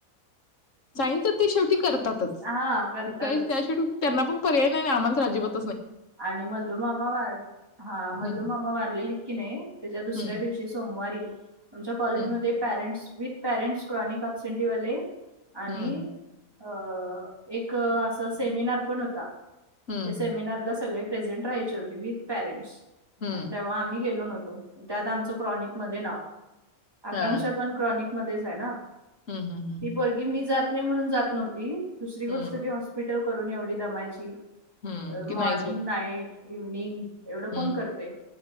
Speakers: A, on the left; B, on the right.
A: साइन तर ते शेवटी करतातंच.
B: हा करतातच
A: काय त्याशिवाय त्यांना पण पर्याय नई आमंन तर अजिबात
B: आणि मल्लू मामा वार हा मल्लू
A: हम्म
B: मामा वारलेलीत कि नई त्याच्या दुसऱ्या
A: हम्म
B: दिवशी सोमवारी आमच्या कॉलेजमध्ये
A: हम्म
B: पॅरेंट्स विथ पेरेट्स क्रॉनिक उपसेंटी वाले आणि
A: हम्म
B: अ -एक असं सेमिनार पण होता.
A: हम्म
B: ते सेमिनारला सगळे प्रेझेंट रहायचे होते विथ पेरेंट्स.
A: हम्म
B: आणि तेव्हा आम्ही गेलो नव्हतो त्यात आमचं क्रॉनिक... मध्ये नाव आकांक्षा
A: हा
B: पण क्रॉनिक मध्येच आहे ना.
A: हम्म हम्म हम्म
B: ती पोरगी मी जात.. नाही म्हणून जात नव्हती.... दुसरी गोष्ट
A: हम्म
B: ती हॉस्पि..... ठेव करून एवढी दमायची
A: हम्म
B: मॉर्निंग
A: कि नाहीच होत..
B: नाईट इव्हनिंग एवढं
A: हम्म
B: कोण करते